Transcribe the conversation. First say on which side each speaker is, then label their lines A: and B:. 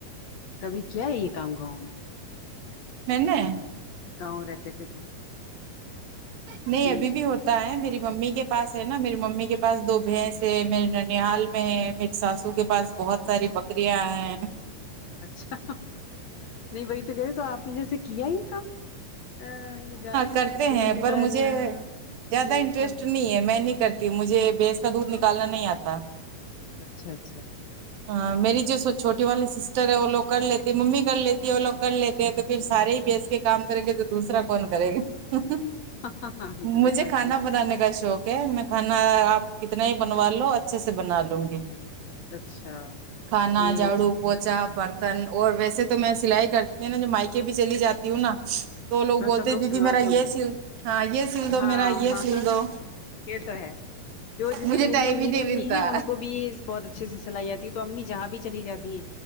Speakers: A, on the left; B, on the right.
A: کبھی کیا ہے یہ کام گاؤں میں
B: میں نے
A: گاؤں رہتے تھے تو
B: نہیں
A: ہوں
B: ابھی بھی ہو ہوتا ہے میری ممی کے پاس ہے نا میری ممی کے پاس دو بھینس ہے میرے ننیھال میں ہے میری ساسو کے پاس بہت ساری بکریاں ہے
A: اچھا نہیں وہی تو کہ رہے تو اپ نے جیسے کیا یہ کام ہاں یہ گائے
B: کرتے
A: دودھ
B: ہیں
A: نکالنا
B: پر مجھے زیادہ
A: یہ
B: انٹرسٹ
A: سب
B: نہیں ہے میں نہیں کرتی مجھے بیس کا دودھ نکالنا نہیں اتا
A: اچھا اچھا
B: ہاں میری جو چھوٹی والی سسٹر ہے وہ لوگ کر لیتی ممی کر لیتی ہے وہ لوگ کر لیتے ہیں تو پھر سارے ہی بیس کے کام کریں گے تو دوسرا کون کرے گا
A: ہاں ہاں ہاں یہ
B: مجھے
A: بات
B: کھانا
A: ٹھیک
B: بنانے کا شوق ہے میں کھانا آپ کتنا ہی بنوا لو اچھے سے بنا لوں گی
A: ہے اچھا
B: کھانا
A: یہ
B: جھاڑو پوچا برتن اور ویسے تو میں سلائی کرتی ہوں نا جو مائکے بھی چلی جاتی ہوں نا تو لوگ بولتے
A: سب
B: دیدی
A: سلواتے
B: میرا
A: ہوں
B: یہ
A: گے
B: سل ہاں یہ سل دو
A: ہاں
B: میرا یہ
A: ہاں
B: سل
A: ہاں
B: دو
A: ہاں یہ تو ہے جو جس
B: مجھے
A: کو میری
B: ٹائم
A: میری
B: ہی نہیں
A: امی
B: ملتا
A: ہے ان کو بھی بہت اچھے سے سلائی آتی ہے تو امی جہاں بھی چلی جاتی ہیں